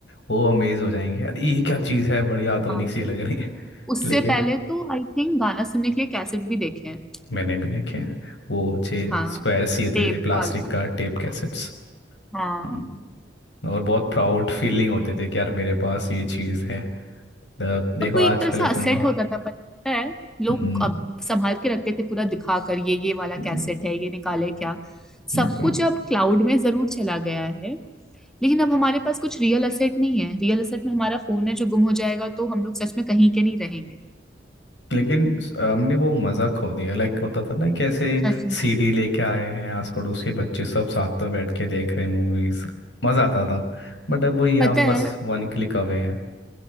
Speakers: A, on the left; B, in the centre.
A: वो अमेज हो जाएंगे अरे ये क्या चीज़ है बड़ी आधुनिक
B: हाँ
A: सी लग रही है <laughs>
B: उससे
A: लेकिन
B: पहले तो आई थिंक गाना सुनने के लिए कैसेट भी देखे हैं
A: मैंने भी देखे हैं वो छः
B: हाँ
A: स्क्वायर सी होते
B: टेप
A: थे प्लास्टिक
B: वाला
A: का टेप कैसेट्स
B: हाँ
A: हम्म, और बहुत प्राउड फीलिंग होते थे कि यार मेरे पास ये चीज़ है अ, देखो
B: अब वो
A: आजकल
B: एक तरह से
A: इतना
B: असेट हो जाता पता है लोग
A: हम्म,
B: अब संभाल के रखते थे पूरा दिखा कर ये ये वाला
A: हम्म,
B: कैसेट है ये निकाले क्या
A: बिल्कुल
B: सब कुछ अब क्लाउड में जरूर चला गया है लेकिन अब हमारे पास कुछ रियल असेट नहीं है रियल असेट में हमारा फोन है जो गुम हो जाएगा तो हम लोग सच में कहीं के नहीं रहेंगे
A: लेकिन स- हमने वो मज़ा खो दिया लाइक होता था ना कैसे
B: सच में
A: सीडी लेके आए हैं आस पड़ोस के बच्चे सब साथ में बैठ के देख रहे हैं मूवीज मज़ा आता था बट अब वही
B: पता
A: आप
B: है
A: बस
B: हम्म।
A: वन क्लिक अवे हैं